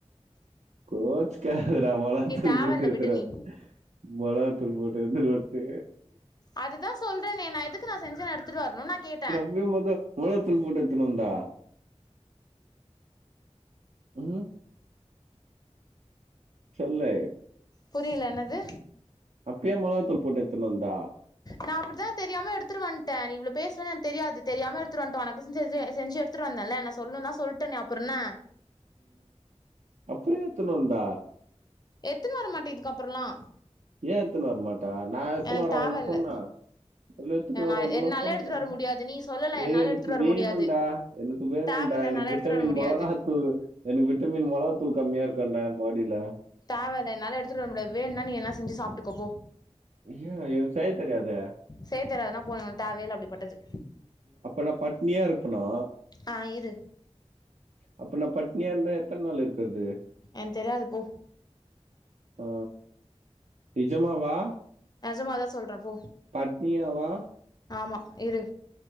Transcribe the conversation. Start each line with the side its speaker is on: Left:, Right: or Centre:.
Right: கோச்சுக்காதடா மொளகாத்தூள்
Left: தேவல்ல
Right: போட்டு அத்துடன்
Left: விடு நீ
Right: வந் மொள காத்தூள் போட்டு எத்துனு வந்ட்டு
Left: அதுதா சொல்றேன்னே நா எதுக்கு நா செஞ்சு நா எடுத்துட்டு வரணுன் நா கேட்டே
Right: <unintelligible> பாத்தா மொளாகாத்தூள் போட்டு எத்துனு வந்தா ம் சொல்லு
Left: புரியல என்னது
Right: அப்ப ஏ மொளகாத்தூள் போட்டு எத்துன் வந்த
Left: நா அப்படிதா தெரியாம எடுத்துட்டு வந்ட்டே நீ இவ்ளோ பேசுவேன் எனக் தெரியாது தெரியாம எடுத் துட்டு வந்ட்டே உனக்கு செ செஞ்சு எடுத்துட்டு வந்தேன்ல என்ன சொல்னுந்தா சொல்ட்டனே அப்புறன்ன
Right: அப்புற ஏ எத்தனு வந்த
Left: எத்தனு வரமாட்டே இதுக்கப்புறலா
Right: ஏ எத்துனு வரமாட்ட நா எத்துனு
Left: எனக்கு
Right: வராதனா
Left: தேவல்ல
Right: சொன்னே இல்ல எத்துட்டு வராதனா
Left: நா என்னால
Right: சொன்னே
Left: எடுத்துட்டு வர
Right: ம்
Left: முடியாது நீ சொல்லல
Right: ஏ
Left: என்னால
Right: எனக்கு
Left: எடுத்துட்டு வர
Right: வேணுண்டா
Left: முடியாது
Right: எனக்கு வேணுண்டா
Left: தேவல்ல
Right: எனக்கு
Left: என்னால எடுத்துட்டு
Right: விட்டமின்
Left: வர முடியாது
Right: மொளகாத்தூளு எனக்கு விட்டமின் மொளகாத்தூள் கம்மியா இருக்கான்டா ஏ பாடியில
Left: தேவல்ல என்னால எடுத்துட்டு வர முடியாது வேனுன்னா நீ எதுனா செஞ்சு சாப்டுக்கோ போ
Right: ஐய்யா எனக் செய்ய தெரியாதே
Left: செயத் தெரியாதுன்னா போ எனக் தேவயேல்ல அப்டிப்பட்டது
Right: அப்ப நான் பட்னியா இருப்பனா?
Left: ஆ இரு
Right: அப்ப நா பட்னியா இருந்தா எத்தன நாள் இருக்கறது
Left: எனக் தெரியாது போ
Right: ஆ நிஜமாவா
Left: நெஜமாதா சொல்ற போ
Right: பட்னியாவா
Left: ஆமா இரு